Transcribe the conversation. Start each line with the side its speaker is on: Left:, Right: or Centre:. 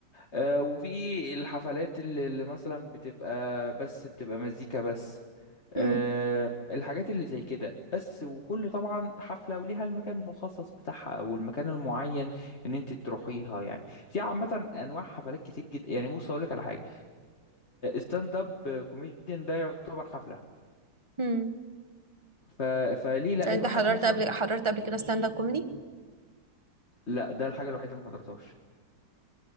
Left: آه، وفي الحفلات اللي اللي مثلا بتبقى بس بتبقى مزيكا بس آه،
Right: هم
Left: الحاجات اللي زي كده بس وكل طبعا حفلة وليها المكان المخصص بتاعها او المكان المعين ان انت تروحيها يعني في عامة انواع حفلات كتير جدا يعني بص اقول لك على حاجة ستاند اب كوميديان ده يعتبر حفلة
Right: هم
Left: ف... فليه لا
Right: طب انت
Left: الواحد
Right: حضرت
Left: مثلا
Right: قبل حضرت قبل كده ستاند اب كوميدي؟
Left: لا ده الحاجة الوحيدة اللي ما حضرتهاش